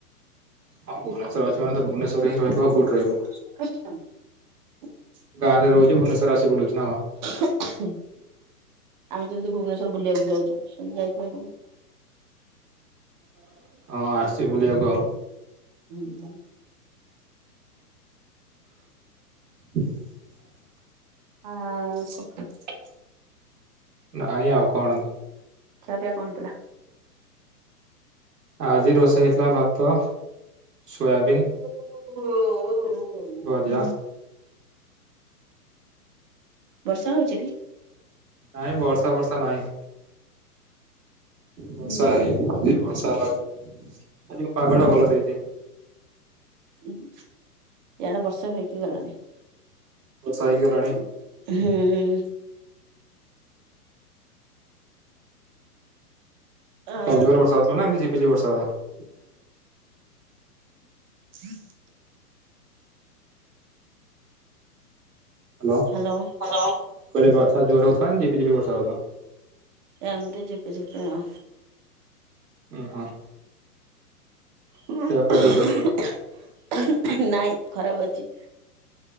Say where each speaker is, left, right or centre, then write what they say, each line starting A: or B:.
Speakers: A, on the right (about 80°); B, on the right (about 30°).
A: ହଁ ଭୁବନେଶ୍ବର ରେ ଅଛୁ ମାନେ ଭୁବନେଶ୍ୱର ରେ ହିଁ ରହିବୁ ଆଉ କୋଉଠି ରହିବୁ।
B: <unintelligible>
A: ଗାଁରେ ରହୁଛୁ ଭୁବନେଶ୍ଵର ଆସି ବୁଲୁଚି ନା କଁ।
B: ଆମେ ଯେମିତି ଭୁବନେଶ୍ଵର ବୁଲିବାକୁ ଯୋଉ ଯାଉଛେ ସେମତି ଯାଇ ଥିବେ କି କଣ।
A: ହ ହ ହଁ ଆସିଚି ବୁଲିବାକୁ ଆଉ।
B: <unintelligible>
A: <inaudible>
B: ଆଁ <unintelligible>
A: ନାଇଁ ଆଉ କଣ।
B: ଖିଆ ପିଆ କଁ ହେଇଥିଲା।
A: ଆଜି ରୋଷେଇ ହେଇଥିଲା ଭାତ ସୋୟାବିନ
B: <unintelligible>
A: ଭଜା
B: ବର୍ଷା ହୋଉଚି କି?
A: ନାଇଁ ବର୍ଷା ଫର୍ଷା ନାଇଁ। ବର୍ଷା
B: ହୁଁ
A: ହେଇନି। ବର୍ଷା <unintelligible> ଆଜିକୁ ପାଗଟା ଭଲ ଦେଇଚି।
B: <unintelligible> ୟାଡେ ବର୍ଷା ହେଇକି ଗଲାଣି।
A: ବର୍ଷା ହେଇକି ଗଲାଣି।
B: ହୁଁ। ଆ
A: କଣ ଜୋରେ
B: କ
A: ଵର୍ଷା ହୋଉଥୁଲା ନା ଏମିତି ଝିପି ଝିପି ବର୍ଷା <unintelligible>
B: <inaudible>
A: ହାଲୋ।
B: ହାଲୋ।
A: ହାଲୋ।
B: ଏମିତି ଝିପିଝିପି ଆଉ।
A: ଉଁହଁ।
B: <unintelligible>
A: ପା ଠିକ ଅଛି
B: ନାଇଁ ଖରାପ ଅଛି।